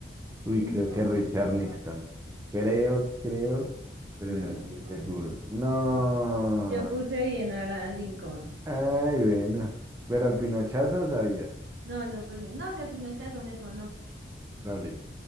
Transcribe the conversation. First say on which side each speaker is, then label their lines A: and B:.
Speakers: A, on the right; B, on the right.
A: No,
B: Uy, creo que Richard Nixon.
A: no,
B: Creo, creo, pero
A: no,
B: no estoy
A: no,
B: seguro.
A: no,
B: No.
A: no. Yo puse bien ahora Lincoln.
B: Ay, bueno. Pero al pinochazo sabías.
A: No, no, pues me- no, ese pinochazo me sonó.
B: Dale.